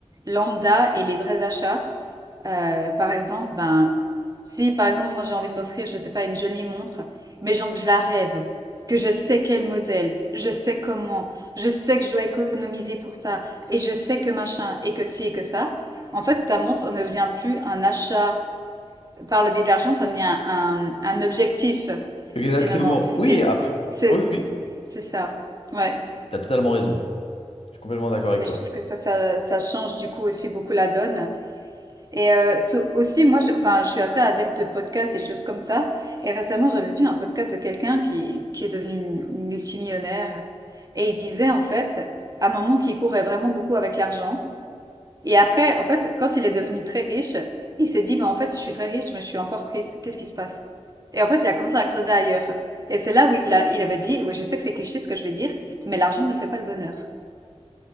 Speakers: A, on the right; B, on the left.
A: lambda et les vrais achats. Euh, par exemple, ben, si par exemple, moi j'ai envie de m'offrir, je sais pas, une jolie montre, mais genre que je la rêve, que je sais quel modèle, je sais comment, je sais que je dois économiser pour ça, et je sais que machin, et que ci, et que ça. En fait, ta montre ne devient plus un achat par le biais de l'argent, ça devient un, un objectif,
B: Exactement.
A: finalement.
B: Oui,
A: Et
B: après.
A: c'est,
B: Oui, oui.
A: c'est ça. Ouais.
B: Tu as totalement raison. Je suis complètement d'accord avec
A: Et
B: toi.
A: je trouve que ça, ça, ça change du coup aussi beaucoup la donne. Et euh, so- aussi, moi, je, enfin, je suis assez adepte de podcasts et de choses comme ça. Et récemment, j'avais vu un podcast de quelqu'un qui, qui est devenu multimillionnaire. Et il disait en fait, à un moment, qu'il courait vraiment beaucoup avec l'argent. Et après, en fait, quand il est devenu très riche, il s'est dit, mais en fait, je suis très riche, mais je suis encore triste. Qu'est-ce qui se passe? Et en fait, il a commencé à creuser ailleurs. Et c'est là où il a, il avait dit, oui, je sais que c'est cliché ce que je vais dire, mais l'argent ne fait pas le bonheur.